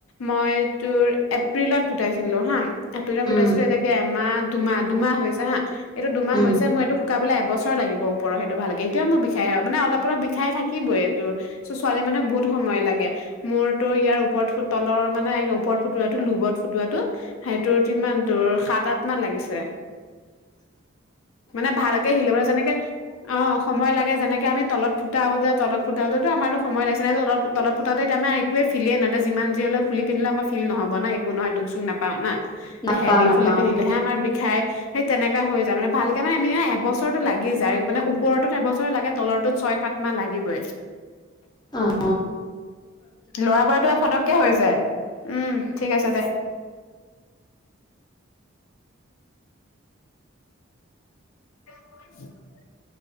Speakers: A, on the left; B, on the left.
A: মই তোৰ এপ্ৰিলত ফুটাইছিলো হা এপ্ৰিলত
B: উম
A: ফুটাইছিলো এতিয়া কে এমাহ দুমাহ দুমাহ হৈছে হা এইটো দুমাহ
B: উম
A: হৈছে মই এইটো শুকাবলে এবছৰ লাগিব ওপৰ সেইটো ভালকে এতিয়া মোৰ বিষাই মানে অলপ অলপ বিষাই থাকিবই এইটো চ' ছোৱালী মানে বহুত সময় লাগে মোৰ তোৰ ইয়াৰ ওপৰত ফুট তলৰ মানে ওপৰত ফুটোৱাটো লোবত ফুটোৱাটো সেইটোৰ কিমান তোৰ সাত আঠ মান লাগিছে
B: <unintelligible>
A: মানে ভালকে সিলাবা যেনেকে অ সময় লাগে যেনেকে আমি তলত ফুটাওতে তলত ফুটাওতেটো আমাৰো সময় লাগিছে নাই তল তলত ফুটাতে এতা আমি একোৱে ফিলে না তই যিমান যি হলেও ফুলি পিন্ধিলে আমাৰ ফিল নহব না একো নহয় দুখ চুখ নাপাওঁ না
B: নাপাওঁ
A: তে হেভভি
B: নাপাওঁ
A: ফুলি পিন্ধিলেহে আমাৰ বিষাই সেই তেনেকা হৈ যায় মানে ভালকে মানে আমি ন এবছ ছৰটো লাগি যায় মানে ওপৰতো এবছৰ লাগে তলৰটোত ছয় সাত মাহ লাগিবই
B: অ
A: লৰা বোৰৰটো ফটককে হৈ যায় উম ঠিক আছে দে <unintelligible>